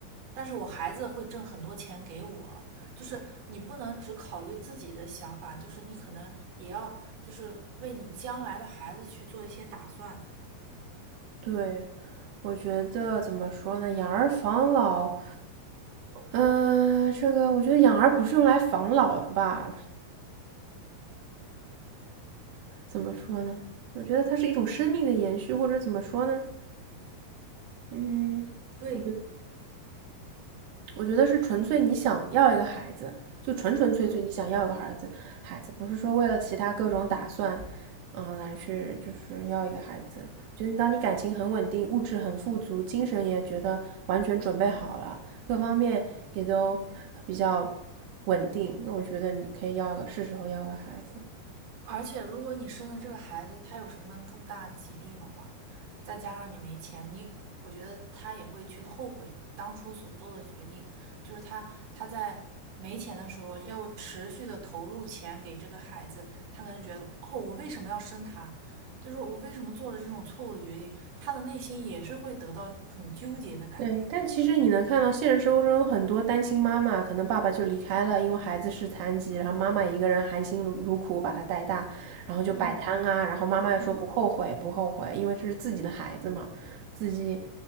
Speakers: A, on the right (about 55°); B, on the right (about 85°).
A: 但是我孩子会挣很多钱给我。就是你不能只考虑自己的想法，就是你可能也要就是为你将来的孩子去做一些打算。
B: 对，我觉得怎么说呢？养儿防老，嗯、呃这个我觉得养儿不是用来防老的吧？<laughs> 怎么说呢？我觉得它是一种生命的延续，或者怎么说呢？嗯，
A: 对。
B: 我觉得。我觉得是纯粹你想要一个孩子，就纯纯粹粹你想要一个孩子，
A: 嗯。
B: 孩子不是说为了其他各种打算，嗯，而去就是要一个孩子。我觉得你当你感情很稳定，物质很富足，精神也觉得完全准备好了，各方面也都比较稳定，那我觉得你可以要一个，是时候要个孩子。
A: 而且，如果你生的这个孩子他有什么重大疾病的话，再加上你没钱，你我觉得他也会去后悔当初所做的决定。就是他他在没钱的时候要持续的投入钱给这个孩子，他可能觉得哦，我为什么要生他？就是我为什么做了这种错误的决定？他的内心也是会得到很纠结的感觉。
B: 对，但其实你能看到现实生活中有很多单亲妈妈，可能爸爸就离开了，因为孩子是残疾，然后妈妈一个人含辛茹茹苦把他带大，然后就摆摊啊，
A: 嗯
B: 然后妈妈又说不后悔，
A: 嗯，
B: 不后悔，因为这是自己的孩子嘛，自己。